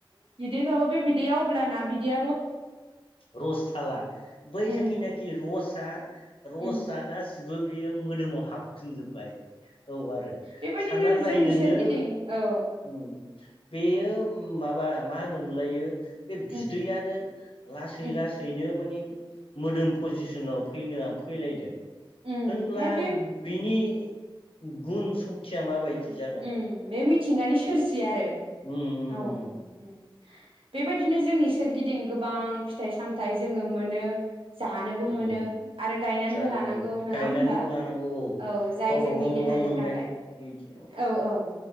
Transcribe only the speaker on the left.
रस थाला बै
जाखिनाखि रस हा रसआ
गासिबो बेयो मोदोमाव हाबफिनजोबबाय औ आरो
सानना नाय
नोङो
उम बेयो माबा मा होनोम मोनलायो बे बि
दैयानो लासै
लासैनो माने मोदोम पजिसनाव फैनो फैलायदों
होनब्ला
बिनि गुन सक्तिया माबायदि जागोन
उम
उम
उम
जानो
मोनो
गायनानैबो
लानांगौ
गावबा
गाव न'आव
मोननाय
बा- बिदि